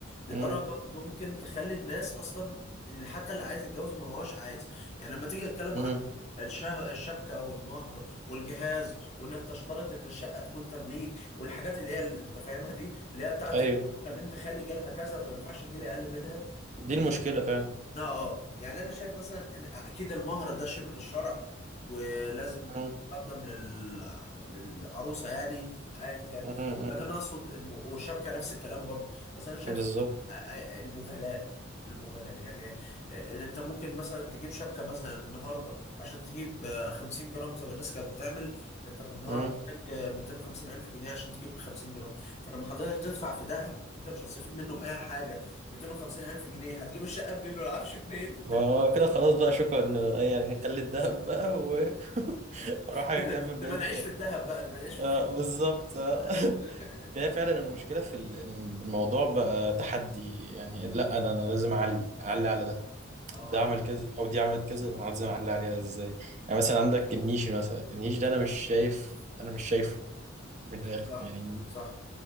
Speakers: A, on the left; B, on the right.
A: لدرجه
B: مم.
A: ممكن تخلي الناس اصلا اللي حتى اللي عايز يتجوز ما هوش عايز يعني لما تيجي تتكلم
B: مم.
A: عن الشه الشبكه والمهر والجهاز وانك تشترط ان الشقه تكون تمليك والحاجات اللي هي اللي انت فاهمها دي اللي هي بتاعت
B: أيوه
A: بنت خالي جالها كذا فما ينفعش تجيلي اقل منها
B: دي المشكلة فعلا
A: اه اه يعني انا شايف مثلا ان اكيد المهر ده شيء من الشرع ولازم
B: مم.
A: يقدم لل... للعروسه يعني ايا كان
B: مم. مم.
A: لكن انا اقصد الم... والشبكه نفس الكلام برضه بس انا شايف
B: بالظبط
A: آه، آه، المغالاه المغالاه يعني آه، انت ممكن مثلا تجيب شبكه مثلا النهارده عشان تجيب آه، 50 جرام زي ما الناس كانت بتعمل انت من النهارده
B: مم.
A: محتاج آه، 250 الف جنيه عشان تجيب 50 جرام فلما حضرتك تدفع في ذهب انت مش هتستفيد منه باي حاجه 250 الف جنيه هتجيب الشقه منين والعفش منين
B: آه، كده خلاص بقى شكرا آه، يعني نخلي الدهب بقى واروح <laughs> اكمل
A: <laughs> نبقى
B: بقية
A: نعيش في الذهب بقى نبقى نعيش في
B: آه
A: الخ...
B: بالظبط آه. <laughs>
A: <laughs>
B: هي فعلا المشكلة في ال- إن الموضوع بقى تحدي يعني لا انا انا لازم اعلي اعلي على ده
A: اه
B: ده عمل كذا او دي عملت كذا انا لازم اعلي عليها ازاي يعني مثلا عندك النيش مثلا النيش ده انا مش شايف انا مش شايفه من الاخر
A: صح
B: يعني
A: صح